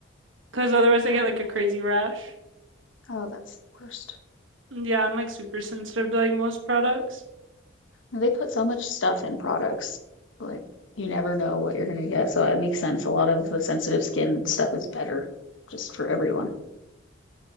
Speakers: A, on the right; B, on the left.
A: because otherwise I
B: Um,
A: get like a crazy rash.
B: Oh, that's the worst.
A: Yeah, I'm like super sensitive to like most products.
B: They put so much stuff in products. Like you never know what you're gonna get. So it makes sense. A lot of the sensitive skin stuff is better just for everyone.